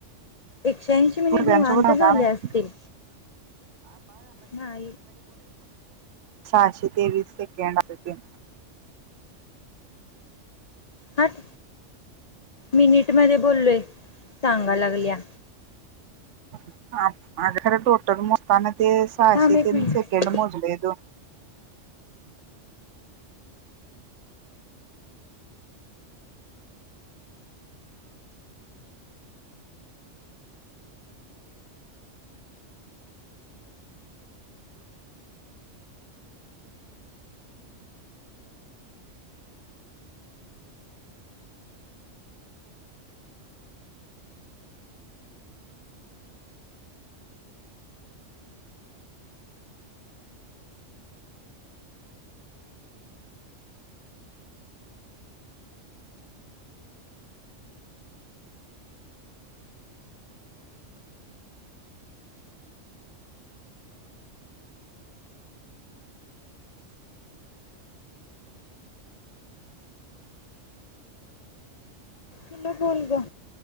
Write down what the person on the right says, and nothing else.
सगळ्यांसोबत
हाताळा
सहाशे-ते वीस सेकंड आलते.
आज खर टोटल मोजताना. ते सहाशे-तीन
सेकेड मोजले दोन